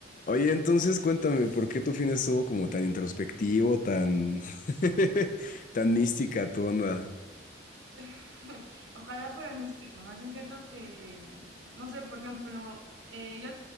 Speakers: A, on the left; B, on the right.
A: Oye, entonces cuéntame, ¿por qué tu fin estuvo como tan introspectivo, tan, <laughs> tan mística tu onda?
B: <laughs> Ojalá fuera místico, más bien siento que, no sé, por ejemplo, eh, yo,